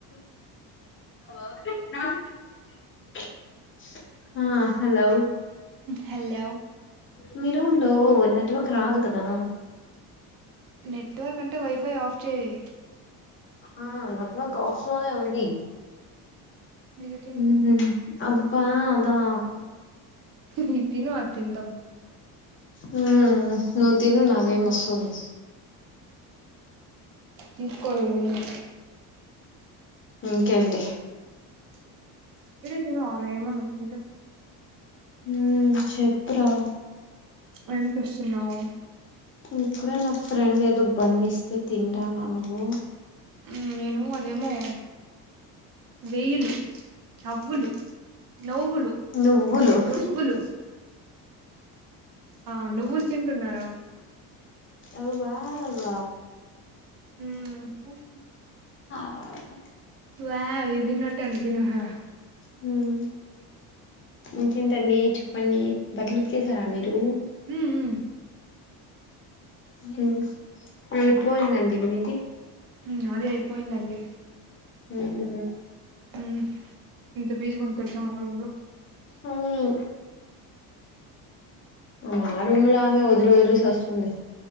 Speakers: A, on the left; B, on the right.
A: <unintelligible> ఆ హలో
B: హలో
A: మీ రూమ్ లో నెట్వర్క్ రాదు కదా
B: నెట్వర్క్ అంటే వైఫై ఆఫ్ చేయి
A: ఆ అప్ద్వర్క్ ఆఫ్ లోనే ఉంది
B: ఇది తిను
A: ఉహు అబ్బా అదా
B: ఉహు ఇది తిను అది తిందాం
A: హు నువ్వు తిను నాకేం వస్తుంది
B: తీసుకోలేద్ నేను
A: ఇంకేంటి
B: వఇప్పుడే తిను అమె ఏమననుకుంటే
A: హు చెప్పురా
B: ఏం పిస్తూన్నావ్
A: ఇప్పుడే నా ఫ్రెండ్ ఎదో బన్ ఇస్తే తింటన్నా నువ్వు
B: ఉ నేను అదేమో వెయ్యిళ్ళు అవ్వులు నవ్వులు
A: నువ్వులు
B: నువ్వులు ఆ నువ్వులు తింటున్నారా
A: అవ్ బాల
B: హుమ్
A: ఆ
B: వావ్ ఇవి తిన్నట్టే అవి తిను హా
A: హుమ్ ఇంకేంటండి చెప్పండి బట్టలు ఉతికేసారా మీరు
B: హుమ్ హు
A: హుమ్ అయిపోయిందండి మీది
B: హుమ్ నాది అయిపోయిందండి
A: హుమ్ హు హు
B: హుమ్ ఇంత పీస్ గా ఉంది తెలుసా మా రూమ్ లో
A: హ్మ్ మా రూమ్ లో ఆమె వదిరి వదిరి సస్తుంది